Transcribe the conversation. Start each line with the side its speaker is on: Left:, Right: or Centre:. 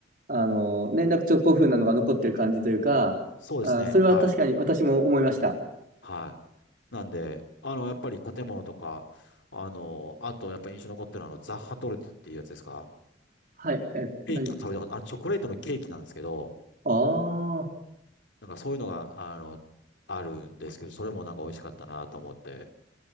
Right: あの、連絡帳古風なのが残ってる感じというか、
Left: そうですね。
Right: あ、それは確かに私も思いました。
Left: はい。はい。なんで、あの、やっぱり建物とか、あの、あと、やっぱり印象に残ってるのは、あの、ザッハトルテっていうやつですか
Right: はい。え、
Left: ケーキ食べたこと、
Right: 何
Left: あの、チョコレートのケーキなんですけど、
Right: あー
Left: なんかそういうのが、あの、あるんですけど、それもなんか美味しかったなと思って。